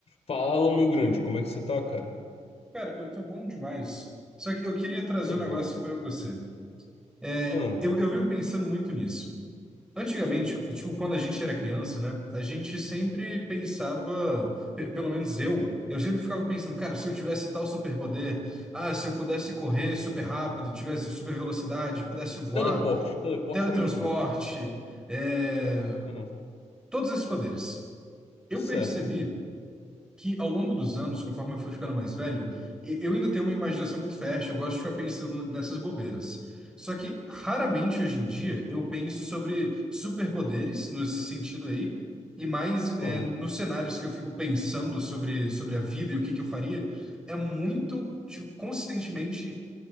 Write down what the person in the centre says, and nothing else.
Cara, eu tô bom demais. Só que eu queria trazer
um
negócio aqui pra você. É,
eu, eu venho pensando muito nisso. Antigamente, tipo, quando a gente era criança, né? A gente sempre pensava, pe- pelo menos eu, eu sempre ficava pensando, cara, se eu tivesse tal superpoder, ah, se eu pudesse correr super rápido, tivesse super velocidade, pudesse voar,
teletransporte,
é,
todos esses poderes. Eu
percebi que ao longo dos anos, conforme eu fui ficando mais velho, e- eu ainda tenho uma imaginação muito fértil, eu gosto de ficar pensando nessas bobeiras. Só que raramente hoje em dia eu penso sobre superpoderes nesse sentido aí, e mais
é, nos cenários que eu fico pensando sobre, sobre a vida e o que que eu faria, é muito tipo, consistentemente